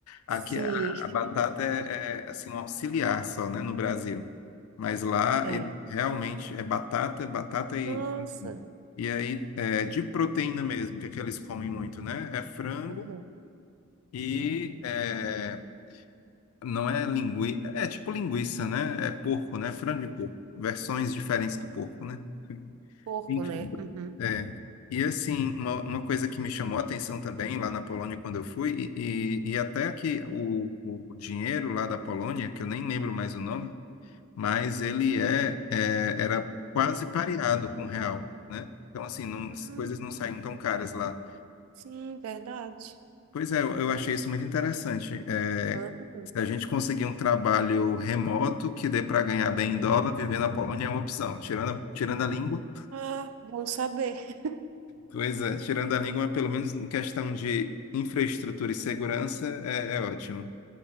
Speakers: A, on the right; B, on the left.
A: sim,
B: Aqui a, a batata é, é, assim um auxiliar só, né, no Brasil. Mas lá
A: <laughs> é.
B: ele realmente é batata, batata e
A: Nossa.
B: e aí é de proteína mesmo, que é que eles comem muito, né? É frango
A: Aham.
B: e é, não é linguiça, é tipo linguiça, né? É porco, né? Frango
A: Hum?
B: e porco, versões diferentes do porco, né?
A: Porco,
B: Enfim.
A: né? Uhum.
B: É. E assim, uma, uma coisa que me chamou a atenção também lá na Polônia quando eu fui, e, e, e até que o, o dinheiro lá da Polônia, que eu nem lembro mais o nome, mas ele é, é era quase pareado com o real, né? Então assim, não,
A: Hum,
B: as coisas não saíam tão caras lá.
A: sim, verdade.
B: Pois é, eu eu achei isso muito interessante. É,
A: Aham.
B: se a gente conseguir um trabalho remoto que dê para ganhar bem em dólar, viver na Polônia é uma opção. Tirando a, tirando a língua,
A: Ah, bom saber. <laughs>
B: pois é, tirando a língua, pelo menos em questão de infraestrutura e segurança, é, é ótimo.